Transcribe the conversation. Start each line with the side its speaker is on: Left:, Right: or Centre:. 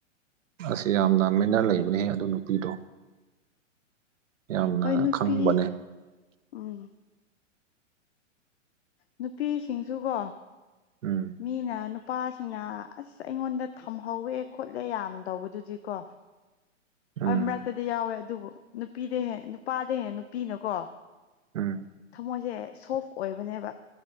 Right: ꯑꯁ ꯌꯥꯝꯅ ꯃꯦꯟꯅꯔ ꯂꯩꯕꯅꯤꯍ‌ꯦ ꯑꯗꯨ ꯅꯨꯄꯤꯗꯣ ꯌꯥꯝꯅ
Left: ꯍꯣꯏ ꯅꯨꯄꯤ
Right: ꯈꯪꯕꯅꯦ
Left: ꯎꯝ ꯅꯨꯄꯤꯁꯤꯡꯁꯨꯀꯣ
Right: ꯎꯝ
Left: ꯃꯤꯅꯥ ꯅꯨꯄꯥꯁꯤꯡꯅ ꯑꯁ ꯑꯩꯉꯣꯟꯗ ꯊꯝꯍꯧꯋꯦ ꯈꯣꯠꯂꯦ ꯌꯥꯝ ꯇꯧꯕꯗꯨꯗꯤꯀꯣ
Right: ꯎꯝ
Left: ꯍꯣꯏ ꯃꯔꯛꯇꯗꯤ ꯌꯥꯎꯋꯦ ꯑꯗꯨꯕꯨ ꯅꯨꯄꯤꯗ ꯍꯦ ꯅꯨꯄꯥꯗ ꯍꯦ ꯅꯨꯄꯤꯅꯀꯣ
Right: ꯎꯝ
Left: ꯃꯣꯏꯁꯦ ꯁꯣꯐ ꯑꯣꯏꯕꯅꯦꯕ